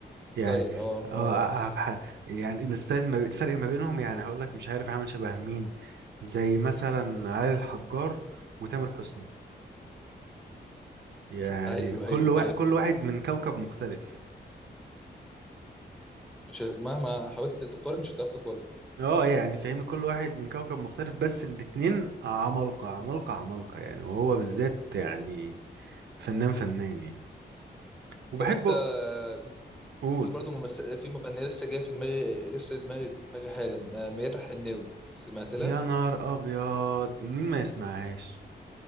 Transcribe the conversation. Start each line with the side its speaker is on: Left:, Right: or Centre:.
Right: يعني
Centre: ستايل اه
Right: اه
Centre: اه
Right: ع-
Centre: صح
Right: عبد الح- يعني الستايل ما... بي- الفرق ما بينهم يعني هقول لك مش عارف عامل شبه مين زي مثلا علي الحجار وتامر حسني يعني
Centre: ايوه
Right: كل
Centre: ايوه
Right: وا...
Centre: ايوه
Right: كل واحد من كوكب مختلف
Centre: مش ه- مهما حاولت تقارن مش هتعرف تقارن
Right: اه يعني فاهمني كل واحد من كوكب مختلف بس الاتنين عمالقة عمالقة عمالقة يعني وهو بالذات يعني فنان فنان يعني وبحبه
Centre: طب انت بت...
Right: قول
Centre: في برضه ممس... في مغنيه لسه جايه في دماغي لسه دماغي دماغي حالا آه، ميادة الحناوي سمعت لها
Right: يا نهار ابيض ومين ما يسمعهاش